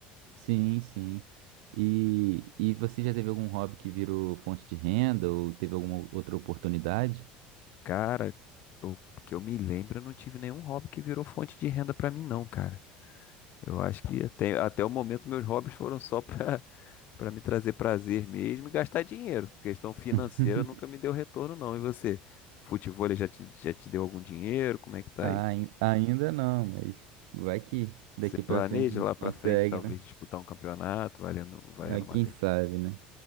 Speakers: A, on the right (about 80°); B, on the left (about 50°).
A: Sim, sim. E, e você já teve algum hobby que virou fonte de renda ou teve alguma outra oportunidade?
B: Cara, eu, que eu me lembro, eu não tive nenhum hobby que virou fonte de renda pra mim, não, cara. Eu acho que até, até o momento meus hobbies foram só pra, <laughs> pra me trazer prazer mesmo e gastar dinheiro. Questão financeira
A: <laughs>
B: nunca me deu retorno, não. E você? Futevôlei já te, já te deu algum dinheiro? Como é que tá
A: Ai-
B: aí?
A: ainda não, mas vai que daqui
B: Você planeja
A: pra frente a gente
B: lá
A: consegue,
B: pra frente, talvez,
A: né?
B: disputar um campeonato, valendo, valendo
A: Ah, quem
B: uma grana.
A: sabe, né?